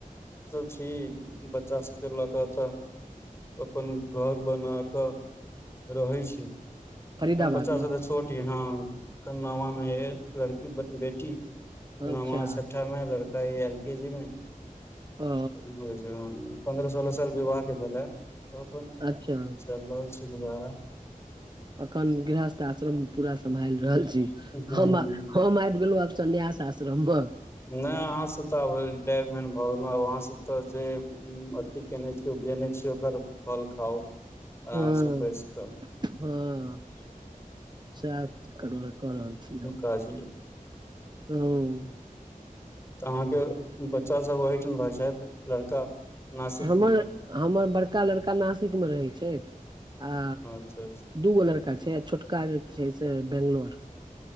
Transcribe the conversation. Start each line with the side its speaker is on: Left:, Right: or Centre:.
Left: हमसब छी बच्चा सबके लऽ कऽ तऽ अपन घर बना कऽ रहै छी
Right: फरीदाबाद
Left: एखन बच्चा
Right: मे
Left: सब तऽ छोट यै हँ एखन नामा मे यै लड़की बेटी
Right: अच्छा
Left: नामा छठा मे लड़का अई एल पी जी मे कथि
Right: ओ
Left: कहै छै हँ पंन्द्रह सोलह साल विवाह के भेलए त अपन
Right: अच्छा
Left: चैल रहल छै गुजारा
Right: अखन गृहस्थ आश्रम पूरा सम्भालि रहल छी
Left: हूँ
Right: हम हम आबि गेलहुँ आब सन्यास सासरम्भा
Left: नै अहाँ सब तऽ आब रिटायरमेंट भऽ गेलौ आब अहाँ सब तऽ जे अथी केने छीय उपजेने छियै ओकर फल खाउ आराम
Right: हँ
Left: स बैस क
Right: हँ सएह कऽ रहल छी आब
Left: भाजी
Right: हूँ
Left: तऽ अहाँके बच्चा सब ओहिठाम रहै छथि लड़का नासिक
Right: हमर
Left: मे
Right: हमर बड़का लड़का नासिकमे रहै छथि आ
Left: अच्छा अच्छा
Right: दू गो लड़का छै आ छोटका जे छै से बेंगलौर